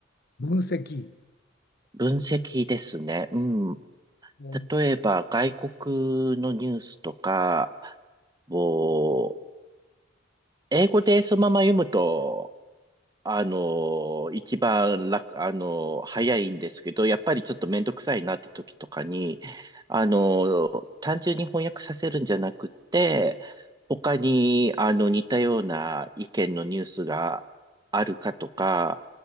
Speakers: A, on the left; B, on the right.
A: 析。
B: 分析ですね。うん。
A: うん
B: 例えば、外国のニュースとかを、英語でそのまま読むと、あの、一番楽、あの、早いんですけど、やっぱりちょっとめんどくさいなって時とかに、あの、単純に翻訳させるんじゃなくて、他に、あの、似たような意見のニュースがあるかとか、